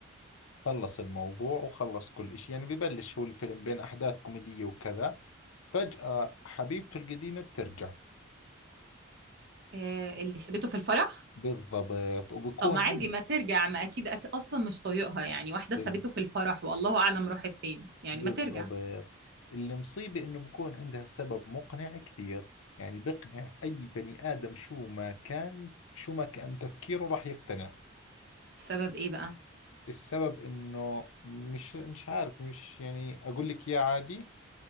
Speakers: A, on the left (about 75°); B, on the right (about 50°).
A: خلص الموضوع وخلص كل إشي يعني ببلش هو الفيلم بين أحداث كوميدية وكذا فجأة حبيبته القديمة بترجع
B: آه، اللي سابته في الفرح
A: بالضبط وبكون
B: طب ما عادي
A: عند
B: ما ترجع ما اكيد أكيد اصلا مش طايقها يعني واحده
A: بال-
B: سابته في الفرح والله اعلم راحت فين يعني
A: بالضبط
B: ما ترجع
A: المصيبة إنه بكون عندها سبب مقنع كثير يعني بقنع أي بني آدم شو ما كان شو ما كان تفكيره راح يقتنع
B: السبب ايه بقى
A: السبب إنه مش مش عارف مش يعني أقول لك يا عادي